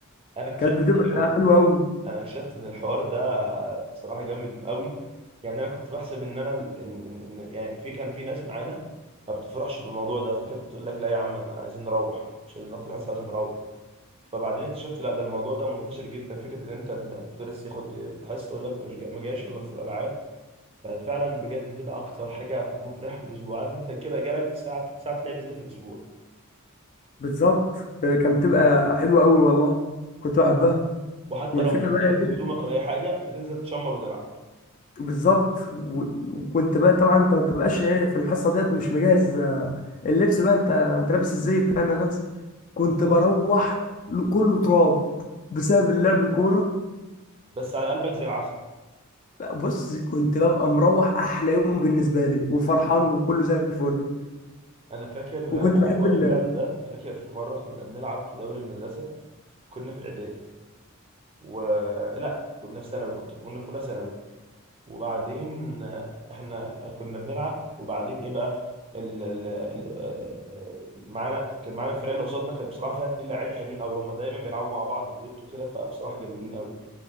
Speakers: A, on the right; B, on the left.
A: انا اكتشفت
B: كانت بتبقى
A: ان الحوار
B: حلوة قوي
A: انا اكتشفت ان الحوار ده بصراحه جامد قوي يعني انا كنت بحسب ان انا ان ان إن- يعني في كان في ناس معانا ما بتفرحش بالموضوع ده فكانت بتقول لك لا يا عم انا عايزين نروح مش عايزين ناخد الحصه عايزين نروح فبعدين اكتشفت لا ده الموضوع ده منتشر جدا فكره ان انت إن المدرس ياخد الحصه يقول لك مش جا... ما جاش يلا نزور العاب ففعلا بجد بتبقى اكتر حاجه مفرحه في الاسبوع عارف انت كده جالك ساعه ساعه لعب زياده في الاسبوع
B: بالظبط آه، كانت بتبقى حلوة قوي والله كنت بحبها
A: وحتى
B: والفكرة
A: لو مش مجهز
B: بقى ايه
A: هدومك ولا اي حاجه بتنزل تشمر وتلعب
B: بالظبط و- وكنت بقى طبعا انت ما بتبقاش ايه في الحصة ديت مش مجهز آه، اللبس بقى انت انت لابس ازاي بتاع المدرسة كنت بروح ل- كله تراب بسبب اللعب الكورة
A: بس على قلبك زي العسل
B: بص كنت ببقى مروح احلى يوم بالنسبة لي وفرحان وكله زي الفل
A: انا فاكر
B: وكنت
A: على
B: بحب
A: حوار
B: ال-
A: اللعب ده فاكر في مره كنا بنلعب في دوري المدرسه كنا في اعدادي ولا كنا في ثانوي كنت كنا في اولى ثانوي وبعدين آه، احنا كنا بنلعب وبعدين ايه بقى ال... ال... ال- آه، معانا كان معانا الفرقه اللي قصادنا كانت بصراحه فيها اتنين لعيبه حلوين قوي هم دايما بيلعبوا مع بعض دويتو كده فبصراحه جامدين قوي